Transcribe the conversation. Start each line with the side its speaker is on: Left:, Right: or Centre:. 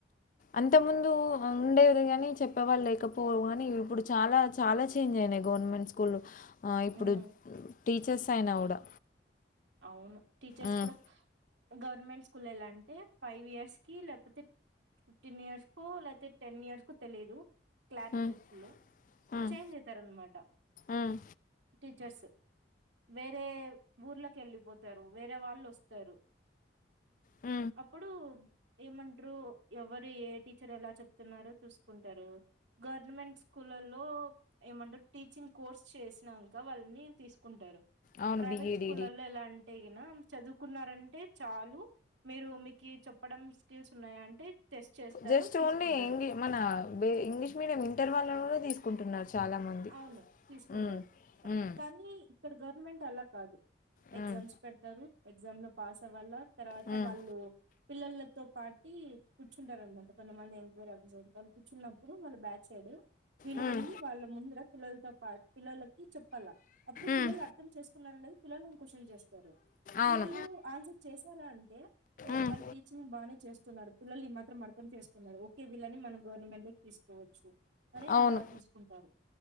Left: అంత ముందు ఉండేది గాని చెప్పేవాళ్ళు లేకపోరు కానీ ఇప్పుడు చాలా చాలా చేంజ్ అయినాయి గవర్నమెంట్ స్కూల్ ఇప్పుడు
Right: హ్మ్.
Left: టీచర్స్ అయినా కూడా
Right: అవును టీచర్స్
Left: ఉమ్,
Right: కూడా గవర్నమెంట్ స్కూల్ ఎలా అంటే ఫైవ్ ఇయర్స్కిి లేకపోతే ఫిఫ్టీన్ ఇయర్స్ కు లేకపోతే టెన్ ఇయర్స్ కో తెలియదు క్లారిటీ
Left: ఉమ్,
Right: లెప్పులు
Left: ఉమ్,
Right: చేంజ్ అయితర్యనమాట
Left: ఉమ్,
Right: టీచర్స్ వేరే ఊర్ళకి వెళ్ళిపోతారు వేరే వాళ్ళు వస్తారు
Left: ఉ
Right: అప్పుడు ఏమంటారు ఎవరు ఏ టీచర్ ఎలా చెప్తున్నారో చూసుకుంటారు గవర్నమెంట్ స్కూలలో ఏమంటారు టీచింగ్ కోర్స్ చేసినాక వాళ్ళని తీసుకుంటారు
Left: అవును బిఈడి
Right: స్కూల్లో ఎలా అంటే గిన చదువుకున్నారంటే చాలు మీరు మీకు చెప్పడం స్కిల్స్ ఉన్నాయా అంటే టెస్ట్ చేస్తారు
Left: జస్ట్
Right: తీసుకుంటారు
Left: ఓన్లీ ఇంగ్ మన ఇంగ్లీష్ మీడియం ఇంటర్ వాళ్ళ కూడా తీసుకుంటున్నారు చాలామంది
Right: అవును తీసుకుంటారు
Left: ఉమ్, ఉమ్,
Right: కానీ ఇక్కడ గవర్నమెంట్ అలా కాదు
Left: ఉమ్,
Right: ఎగ్జామ్స్ పెడతారు ఎగ్జామ్ లో పాస్ అవ్వాలా తర్వాత
Left: ఉమ్,
Right: వాళ్ళు పిల్లల తో పాటి కూర్చుంటారు అనమాట కొంతమంది ఎంక్వైర్వ సైడ్ళ్ు కూర్చున్నప్పుడు వాళ్ళు బ్యాక్ సైడ్ వీళ్ళు
Left: ఉమ్,
Right: వెళ్ళి వాళ్ళ ముందు పిల్లలతో పాటు పిల్లలకి చెప్పాలా అప్పుడు
Left: ఉమ్,
Right: పిల్లలు అర్థం చేసుకున్నారు లే పిల్లలను క్యూషన్ చేస్తారు పిల్లలు
Left: అవును
Right: ఆన్సర్ చేశారా అంటే
Left: ఉమ్.
Right: వాళ్ళు టీచింగ్ బాగానే చేస్తున్నారు పిల్లలు ఈ మాత్రం అర్ధం చేసుకున్నారు ఒకే విల్లని మనం గవర్నమెంట్ తీసుకోవచ్చు అని
Left: అవును
Right: అలా తీసుకుంటారు